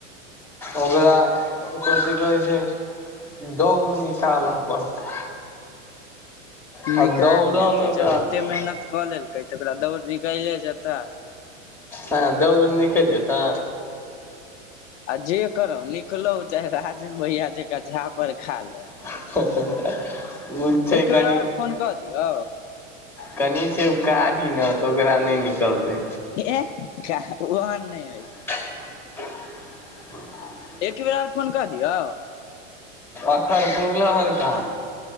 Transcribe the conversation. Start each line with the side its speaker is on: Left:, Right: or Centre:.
Centre: ओकरा कोथि कहै छै दौड़ निकालऽ पड़तै
Left: निकाल
Centre: आ दौड़यमे
Left: लेते
Centre: ओकरा
Left: जब एते मेहनत कऽ लेलकै तऽ ओकरा दौड़ निकालै जेता
Centre: हँ दौड़ निकयल लेता
Left: आ जे करो निकलो चाहे राजन भैया जेका झापड़ खा लौ
Centre: हाँ हाँ ओ छै
Left: एक बेेर
Centre: कनि
Left: और फोन कऽ दियौ
Centre: कनि छै उ कारी न तऽ ओकरा नय निकलतै
Left: एह कहा ओहन नय होइ
Centre: <inaudible>
Left: एक बेर आऔर फोन कऽ दियौ
Centre: अखन पुरलो हन कहाँ